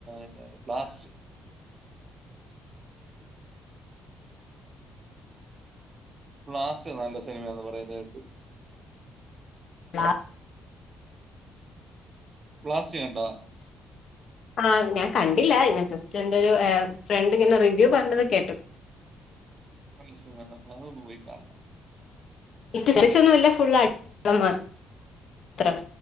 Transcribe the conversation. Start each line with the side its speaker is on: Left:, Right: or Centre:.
Right: എന്നാ ബ്ലാസ്റ്റ് ബ്ലാസ്റ്റ് നല്ല സിനിമാ എന്ന് പറയുന്നത് കേട്ടു
Left: ബ്ലാ
Right: ബ്ലാസ്റ്റ് കണ്ടോ <inaudible>
Left: ആഹ് ഞാൻ കണ്ടില്ല ഞ ജസ്റ്റ് എന്റെ ഒരു ഏഹ് ഫ്രണ്ട് ഇങ്ങനെ റിവ്യൂ പറഞ്ഞത് കേട്ടു
Right: നല്ല സിനിമയാ അതൊന്ന് പോയി കാണണം
Left: വീട്ട് പ്പച്ചിയൊന്നുല്ല ഫുൾടള മാത്രം